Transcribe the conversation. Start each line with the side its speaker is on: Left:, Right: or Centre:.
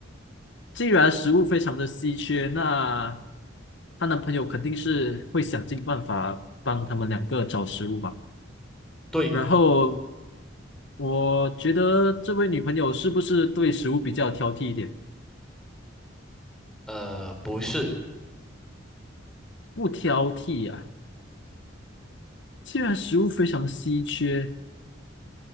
Left: 既然食物非常的稀缺，那她男朋友肯定是会想尽办法帮他们两个找食物嘛。
Centre: 对。
Left: 然后我觉得这位女朋友是不是对食物比较挑剔一点？
Centre: 呃，不是，
Left: 不挑剔呀、既然食物非常稀缺，